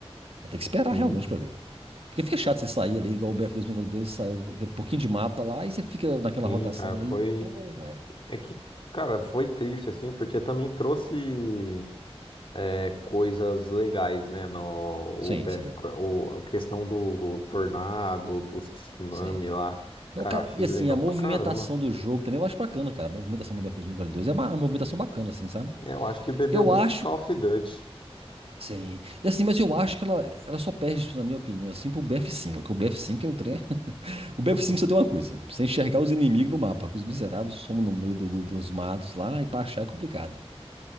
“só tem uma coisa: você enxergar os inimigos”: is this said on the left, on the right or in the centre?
Right